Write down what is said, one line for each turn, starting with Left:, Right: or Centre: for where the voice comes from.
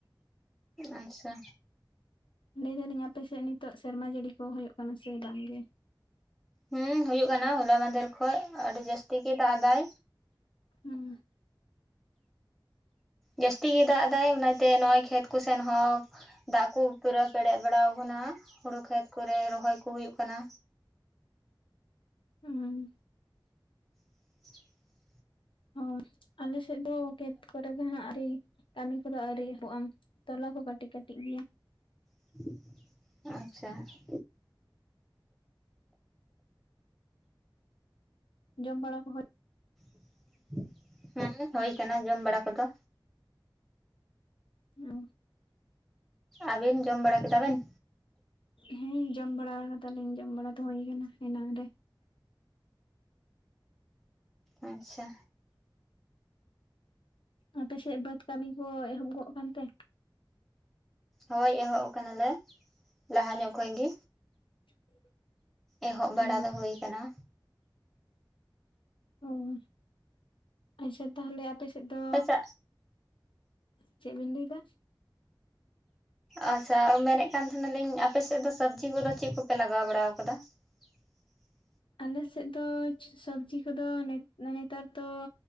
Centre: ᱟᱪᱪᱷᱟ᱾
Left: ᱞᱟᱹᱭᱫᱟᱞᱤᱧ ᱟᱯᱮ ᱥᱮᱫ ᱱᱤᱛᱚᱜ ᱥᱮᱨᱢᱟ ᱡᱟᱲᱤ ᱠᱚ ᱦᱩᱭᱩᱜ ᱠᱟᱱᱟ ᱥᱮ ᱵᱟᱝᱜ ᱜᱮ?
Centre: ᱦᱮᱸ ᱦᱩᱭᱩᱜ ᱠᱟᱱᱟ ᱦᱚᱞᱟ ᱢᱟᱫᱷᱮᱨ ᱠᱷᱚᱡ ᱟᱰᱤ ᱡᱟᱥᱛᱤ ᱜᱮ ᱫᱟᱜ ᱫᱟᱭ᱾
Left: ᱦᱩᱸ᱾
Centre: ᱡᱟᱥᱛᱤ ᱜᱮ ᱫᱟᱜ ᱫᱟᱭ ᱚᱱᱟᱛᱮ ᱱᱚᱜ-ᱚᱜ ᱠᱷᱮᱛ ᱠᱚ ᱥᱮᱱ ᱦᱚᱸ ᱫᱟᱜ ᱠᱩ ᱯᱨᱟᱭ ᱯᱮᱨᱮᱡ ᱵᱟᱲᱟᱣ ᱠᱟᱱᱟ ᱦᱩᱲᱩ ᱠᱷᱮᱛ ᱠᱚᱨᱮ ᱨᱚᱦᱚᱭ ᱠᱚ ᱦᱩᱭᱩᱜ ᱠᱟᱱᱟ᱾
Left: ᱦᱩᱸᱻ
Centre: <inaudible>
Left: ᱦᱩᱸ ᱟᱞᱮ ᱥᱮᱫ ᱫᱚ ᱠᱷᱮᱛ ᱠᱚᱨᱮ ᱫᱚ ᱱᱟᱜ ᱟᱣᱨᱤ᱾ ᱠᱟᱢᱤ ᱠᱚᱫᱚ ᱟᱹᱣᱨᱤ ᱮᱦᱚᱵᱚᱜ-ᱟ, ᱛᱚᱞᱟ ᱠᱚ ᱠᱟᱴᱤᱡ ᱠᱟᱴᱤᱡ ᱜᱮᱭᱟ᱾
Centre: <inaudible> ᱟᱪᱪᱷᱟ <inaudible> <inaudible>
Left: ᱡᱚᱢ ᱵᱟᱲᱟ ᱠᱚ ᱦᱳᱭ
Centre: <inaudible> ᱦᱩᱸ ᱦᱳᱭ ᱠᱟᱱᱟ ᱡᱚᱢ ᱵᱟᱲᱟ ᱠᱚ ᱫᱚ᱾
Left: ᱦᱩᱸ᱾
Centre: ᱟᱵᱤᱱ ᱡᱚᱢ ᱵᱟᱲᱟ ᱠᱮᱫᱟ ᱵᱮᱱ?
Left: ᱦᱮᱸ ᱡᱚᱢ ᱵᱟᱲᱟ ᱟᱠᱟᱫᱟ ᱞᱤᱧ, ᱡᱚᱢ ᱵᱟᱲᱟ ᱫᱚ ᱦᱩᱭ ᱠᱟᱱᱟ ᱮᱱᱟᱝ ᱨᱮ᱾
Centre: ᱟᱪᱪᱷᱟ᱾
Left: ᱟᱯᱮ ᱥᱮᱫ ᱵᱟᱹᱫᱽ ᱠᱟᱢᱤ ᱠᱚ ᱮᱦᱚᱵᱽ ᱜᱚᱫ ᱠᱟᱱᱛᱮ?
Centre: ᱦᱳᱭ ᱮᱦᱚᱵᱽ ᱠᱟᱱᱟᱞᱮ ᱞᱟᱦᱟ ᱧᱚᱜ ᱠᱷᱚᱡ ᱜᱮ᱾
Left: <inaudible>
Centre: ᱮᱦᱚᱵ ᱵᱟᱲᱟ
Left: ᱚ
Centre: ᱫᱚ ᱦᱩᱭ ᱠᱟᱱᱟ᱾
Left: ᱩᱸᱻ ᱟᱪᱷᱟ ᱛᱟᱦᱞᱮ ᱟᱯᱮ ᱥᱮᱫ ᱫᱚ
Centre: ᱟᱪᱪᱷᱟ
Left: ᱪᱮᱫ ᱵᱤ‍ᱱ ᱞᱟᱹᱭᱫᱟ?
Centre: ᱟᱪᱪᱷᱟ, ᱢᱮᱱᱮᱫ ᱠᱟᱱ ᱛᱟᱦᱮᱱᱟᱞᱤᱧ ᱟᱯᱮᱥᱮᱜ ᱫᱚ ᱥᱚᱵᱢᱤ ᱠᱚ ᱫᱚ ᱪᱮᱫ ᱠᱚᱯᱮ ᱞᱟᱜᱟᱣ ᱵᱟᱲᱟᱣ ᱠᱟᱫᱟ? <inaudible>
Left: ᱟᱞᱮ ᱥᱮᱫ ᱫᱚ ᱥᱚᱵᱽᱡᱤ ᱠᱚᱫᱚ ᱱᱮᱛᱟᱨ ᱫᱚ